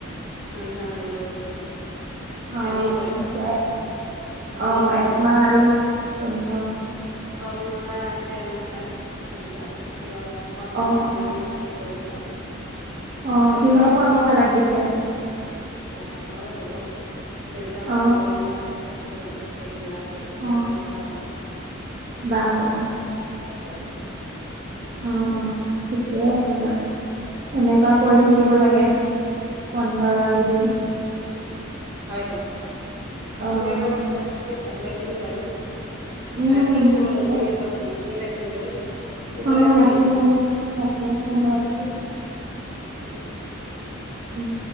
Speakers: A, on the right; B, on the right.
A: বন্ধ আৰম্ভ হৈছে।
B: অ <unintelligible>
A: আজিৰ পৰা আজিৰ পৰা
B: অ'একমাহ
A: বন্ধ
B: আৰু বন্ধ।
A: কৰ্মশালা আছে আমাৰ তাত। এইবিলাক কিবা স <unintelligible>
B: অ অ
A: দায়িত্ব
B: অ কিহৰ
A: অলপ বাঢ়িব
B: কৰ্মশালাত
A: আৰু।
B: দিছে
A: নাটকৰ হ'ব, দেউতাকৰ
B: অ
A: লগৰ বিলাকে পাতিছে বাৰু। সেইবিলাক এই
B: অ
A: কৰ্মশালা বিলাক।
B: বাহ
A: এনেকুৱা।
B: বাহ
A: চ
B: অ'হ। ঠিকেই আছে দিয়ক। এনেকুৱা কৰি
A: ঠিক
B: থাকিব লাগে। বন্ধৰ কিদিন।
A: হয়। হয়।
B: অ',
A: তোমাৰ লগত কথা পাতি ভাল লাগিল বাৰু।
B: উম,
A: ৰাতিও হ'ল
B: ঠিকে
A: আজি, অলপ বেছিয়ে ৰাতি হল। শুভৰাত্ৰি
B: অ'ৰাতি হল। তাকে শুভ ৰাত্ৰি।
A: এহ।
B: উম।